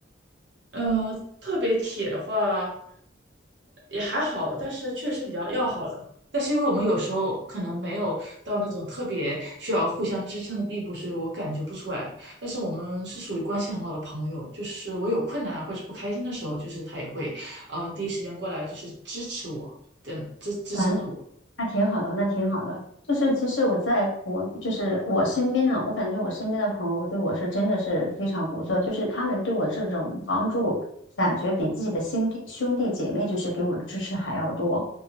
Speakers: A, on the right (about 65°); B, on the left (about 85°).
A: 呃，特别铁的话也还好，但是确实比较要好了。但是因为我们有时候可能没有到那种特别需要互相支撑的地步，所以我感觉不出来。但是我们是属于关系很好的朋友，就是我有困难或者是不开心的时候，就是他也会，呃，第一时间过来就是支持我，真的支支撑着我。
B: 嗯。那挺好的，那挺好的。就是其实我在国，就是我身边呢，我感觉我身边的朋友对我是真的是非常不错，就是他们对我这种帮助，感觉比自己的兄弟兄弟姐妹就是给我的支持还要多。